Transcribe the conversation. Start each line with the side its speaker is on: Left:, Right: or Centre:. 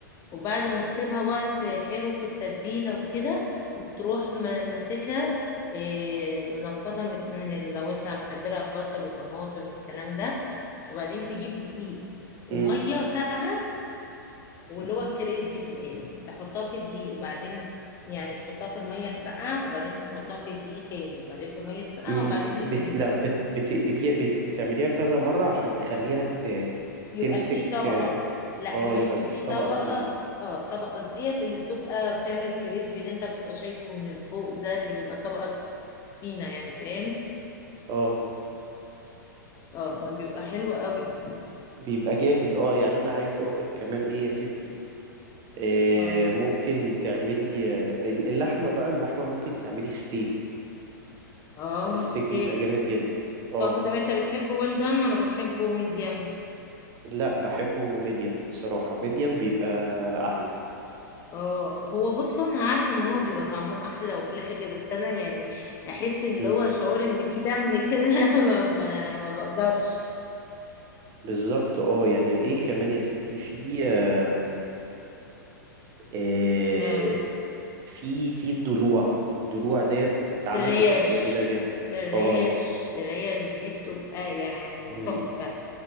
Left: وبعد ما تسيبها وقت حلو في التتبيلة وكده تروح م- ماسكها إيه، منفضة من من ال- لو انت متبلها ببصل وطماطم والكلام ده وبعدين تجيب دقيق ومية
Right: امم
Left: ساقعة واللي هو الكريسبي في الاخر تحطها في الدقيق وبعدين يعني تحطها في الميه الساقعه وبعدين تحطها في الدقيق تاني وبعدين في الميه الساقعه
Right: امم
Left: وبعدين في
Right: بت...
Left: الكريسبي
Right: لا بت... بتقلبيها بت... بتعمليها كذا مرة عشان تخليها ت...
Left: يبقى
Right: تمسك
Left: في طبقه
Right: اه
Left: لا
Right: آه،
Left: كمان
Right: يبقى
Left: يبقى
Right: في
Left: في
Right: طبقة
Left: طبقه
Right: تقيلة
Left: اه الطبقه ديت اللي بتبقى بتعمل الكريسبي اللي انت بتبقى شايفه من الفوق ده اللي بيبقى طبقه تخينه يعني فاهم
Right: اه
Left: اه فبيبقى حلو قوي
Right: بيبقى جامد اه يعني انا عايز اقولك كمان ايه يا ستي آه
Left: اه
Right: ممكن تعملي آه، اللحمة بقى اللحمة ممكن تعملي ستيك
Left: اه
Right: الستيك
Left: ستيك
Right: بيبقى جامد جدا اه
Left: طب طب انت بتحبه ويل دان ولا بتحبه ميديم
Right: لا بحبه ميديم بصراحة ميديم بيبقى أحلى
Left: اه هو بص هو انا عارفه ان هو بيبقى طعمه احلى وكل حاجه بس انا يعني احس اللي
Right: مم.
Left: هو شعور ان في دم كده <laughs> ما, ما, ما بقدرش
Right: بالظبط اه يعني ايه كمان يا ستي في آم، آه،
Left: آه.
Right: في في الضلوع الضلوع ديت بتتعمل
Left: الريش
Right: بتبقى جميلة جدا
Left: الريش
Right: اه
Left: الريش دي بتبقى يعني
Right: مم.
Left: تحفه